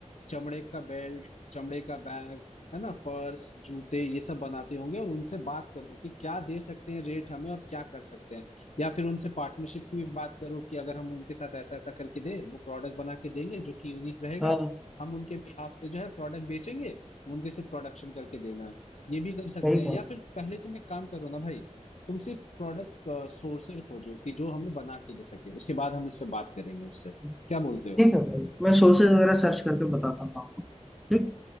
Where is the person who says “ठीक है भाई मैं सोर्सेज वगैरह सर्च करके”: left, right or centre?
Centre